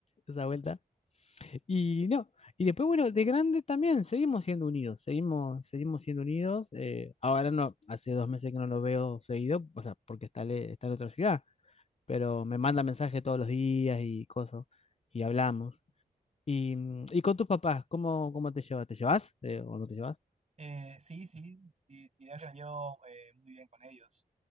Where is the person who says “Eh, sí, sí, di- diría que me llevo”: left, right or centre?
Right